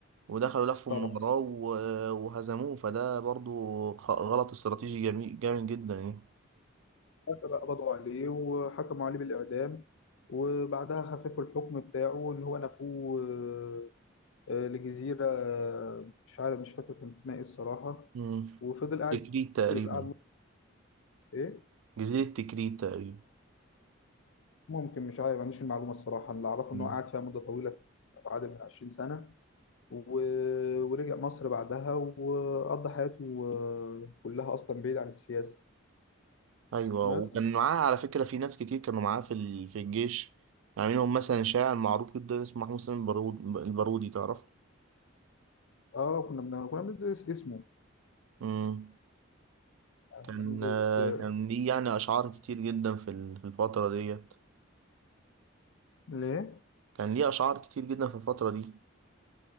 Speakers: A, on the right; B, on the left.
A: ودخلوا لفوا
B: طبعا
A: من وراه و- وهزموه فده برضو خ- غلط استراتيجي جميل جامد جدا يعني
B: حتى بقى قبضوا عليه وحكموا عليه بالإعدام وبعدها خففوا الحكم بتاعه إن هو نفوه آه، آه، لجزيرة آه، مش عارف مش فاكر كان اسمها إيه الصراحة
A: مم.
B: وفضل قاعد
A: تكريت تقريبا
B: كتير قعد مدة ايه
A: جزيرة تكريت تقريبا
B: ممكن مش عارف ما عنديش المعلومه الصراحه اللي اعرفه ان
A: مم.
B: هو قعد فيها مده طويله عادل من 20 سنه و... ورجع مصر بعدها وقضى حياته آه، كلها اصلا بعيد عن السياسه
A: ايوه
B: بس
A: وكان معاه على فكرة في ناس كتير كانوا معاه في ال- في الجيش يعني منهم مثلا شاعر معروف جدا اسمه محمود سليم البارود- البارودي تعرف
B: اه كنا بن... كنا بندرس اسمه
A: مم.
B: يعني
A: كان
B: كنا بندرس
A: آه،
B: آه،
A: كان ليه يعني أشعار كتير جدا في ال- في الفترة ديت
B: ليه
A: كان ليه أشعار كتير جدا في الفترة دي